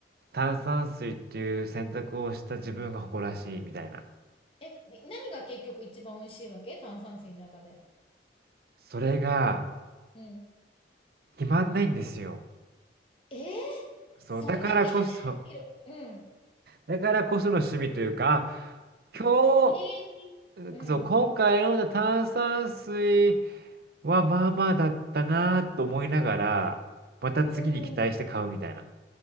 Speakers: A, on the right; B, on the left.
A: 炭酸水っていう選択をした自分が誇らしいみたいな。
B: え、に何が結局一番美味しいわけ炭酸水の中で。
A: それが、
B: うん。
A: 決まんないんですよ。
B: えー、
A: そう、
B: そんだけ
A: だからこそ、
B: <laughs> いる。うん。
A: だからこその趣味というか、あ
B: あー、
A: 今日、
B: 永遠に。うん。
A: そう、今回飲んだ炭酸水はまあまあだったなと思いながら、また次に期待して買うみたいな。
B: うん。